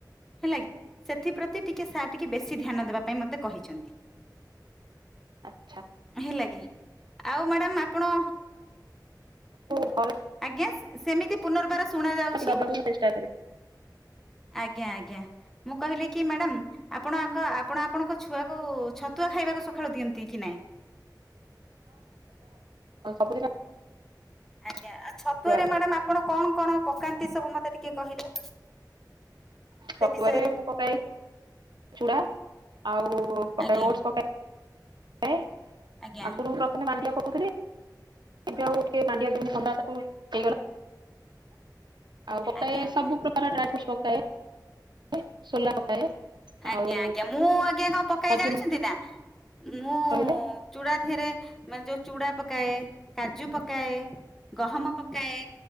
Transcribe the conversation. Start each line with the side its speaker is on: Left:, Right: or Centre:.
Centre: ହେଲା କିି, ସେଥିପ୍ରତି ଟିକେ ସାର୍ ଟିକେ ବେଶୀ ଧ୍ୟାନ ଦେବା ପାଇଁ ମତେ କହିଛନ୍ତି।
Right: ଆଚ୍ଛା
Centre: ହେଲା କିି ଆଉ ମ୍ୟାଡ଼ାାମ ଆପଣ
Right: ଆଉ
Centre: ଆଜ୍ଞା, ସେ ସେମିତି ପୁନର୍ବାର ଶୁଣ ଯାଉଛି।
Right: ତାକୁ ଦବାକୁ ମୁଁ ଚେଷ୍ଟା କରେ
Centre: ଆଜ୍ଞା, ଆଜ୍ଞା। ମୁଁ କହିଲି କି, ମାଡାମ୍ ଆପଣ, ଆଗ ଆପଣ, ଆପଣଙ୍କ ଛୁଆକୁ ଛ ତୁଆ ଖାଇବାକୁ <unintelligible> ଖେଳ ଦିଅନ୍ତି କି ନାଇଁ
Right: ହବ <unintelligible>
Centre: ଆଜ୍ଞା। ଆଉ ଛତୁଆରେ,
Right: ଦିଏ
Centre: ମ୍ୟାଡାାମ ଆପଣ କଣ କଣ ପକାନ୍ତି? ସବୁ ମତେ ଟି କେ କହିଲେ
Right: ଛତୁଆରେ
Centre: ସେ ବିଷୟରେ?
Right: ମୁ ପକାଏ ଚୁଡା, ଆଉ ପକାଏ
Centre: ଆଜ୍ଞା
Right: ଓଟ୍ସ୍, ପକାଏ। କ <unintelligible>
Centre: ଆଜ୍ଞା
Right: ଆଗରୁ ରଖେ ମା କ ଏବେ ଆଉ ଟିକେ ମାଣ୍ଡିଆ ଦନ ଥଣ୍ଡା ତାକୁ ହେଗ ଆଉ ପକଏ
Centre: ଆଜ୍ଞା ଆଜ୍ଞା
Right: ସବୁ ପ୍ରକାର ଡ୍ରାଇ ଫ୍ରୁଟ ପକାଏ। ଶୋଲା ପକାଏ
Centre: ଆଜ୍ଞା
Right: ଆଉ
Centre: ଆଜ୍ଞା ମୁଁ ଆଜ୍ଞା କଣ ପକାଏ
Right: ମଝିରେ
Centre: ଜାଣିଛନ୍ତି ନା ମୁଁ
Right: କହିଲେ
Centre: ଚୁଡ଼ା ିରେ ମାନେ ଯୋଉ ଚୁଡ଼ା ପକାଏ। କା ଯୋ ପକାଏ ଗହମ ପକାଏ